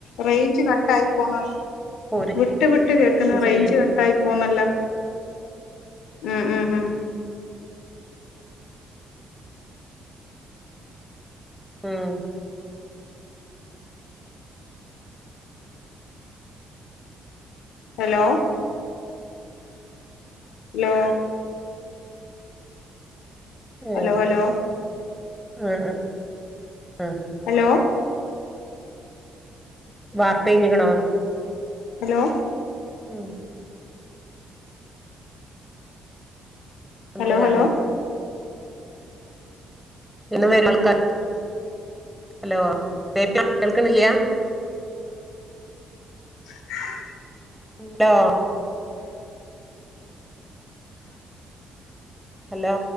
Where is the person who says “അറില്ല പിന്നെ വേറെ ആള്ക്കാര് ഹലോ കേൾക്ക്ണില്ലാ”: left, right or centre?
Centre